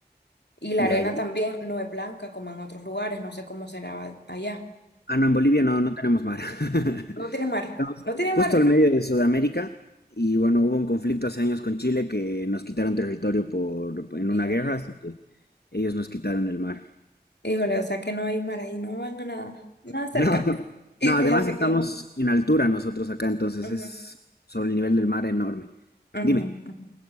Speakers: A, on the left; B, on the left.
A: Y la arena
B: ya, ya.
A: también no es blanca como en otros lugares, no sé cómo será allá.
B: Ah, no, en Bolivia no, no tenemos mar. <laughs>
A: No tiene mar,
B: Estamos
A: no tiene
B: justo
A: mar.
B: al medio de Sudamérica y bueno, hubo un conflicto hace años con Chile que nos quitaron territorio por, en
A: Híjole,
B: una guerra, así que ellos nos quitaron el mar.
A: híjole, o sea que no hay mar ahí, no van a nada, nada cerca.
B: No, <laughs>
A: Y
B: no,
A: fíjate
B: además estamos
A: que,
B: en altura nosotros acá, entonces
A: ujú,
B: es sobre el nivel del mar enorme.
A: ujú,
B: Dime.
A: ujú.